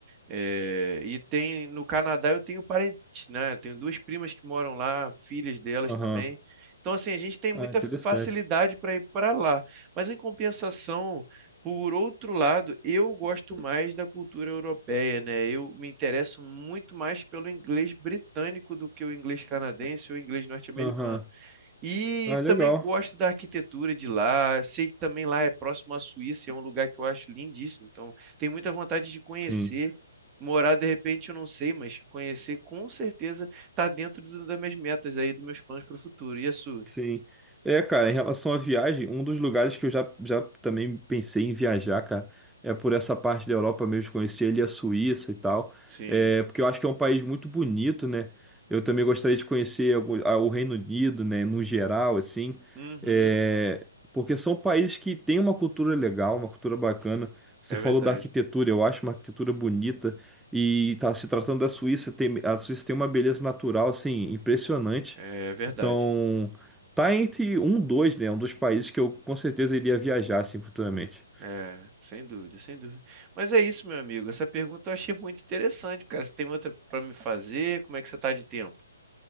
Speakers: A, on the right; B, in the centre.
A: É, e tem no Canadá eu tenho parentes, né? Eu tenho duas primas que moram lá, filhas delas
B: Aham.
A: também. Então, assim, a gente tem muita
B: Ah, interessante.
A: facilidade para ir para lá. Mas em compensação, por outro lado, eu gosto mais da cultura europeia, né? Eu me interesso muito mais pelo inglês britânico do que o inglês canadense ou inglês norte-americano.
B: Aham.
A: E
B: Ah, legal.
A: também gosto da arquitetura de lá. Sei que também lá é próximo à Suíça, é um lugar que eu acho lindíssimo. Então, tenho muita vontade de conhecer.
B: Sim.
A: Morar, de repente, eu não sei, mas conhecer com certeza está dentro do- das minhas metas aí, dos meus planos para o futuro. E as suas?
B: Sim. É, cara, em relação à viagem, um dos lugares que eu já, já também pensei em viajar, cara, é por essa parte da Europa mesmo, conhecer ali a Suíça e tal.
A: Sim.
B: É, porque eu acho que é um país muito bonito, né? Eu também gostaria de conhecer algum- a- o Reino Unido, né, no geral, assim.
A: Uhum.
B: É, porque são países que têm uma cultura legal, uma cultura bacana. Você
A: É
B: falou
A: verdade.
B: da arquitetura, eu acho uma arquitetura bonita. E tá se tratando da Suíça, tem, a Suíça tem uma beleza natural, assim, impressionante.
A: É verdade.
B: Então. Tá entre um, dois, né? É Um dos países que eu com certeza iria viajar, assim, futuramente.
A: É, sem dúvida, sem dúvida. Mas é isso, meu amigo. Essa pergunta eu achei muito interessante, cara. Você tem outra para me fazer? Como é que você tá de tempo?